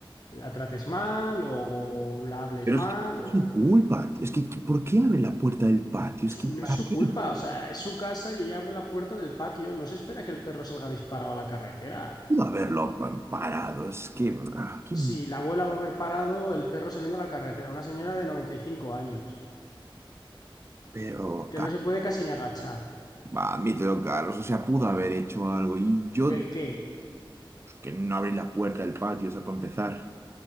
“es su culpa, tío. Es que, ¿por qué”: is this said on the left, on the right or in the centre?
Right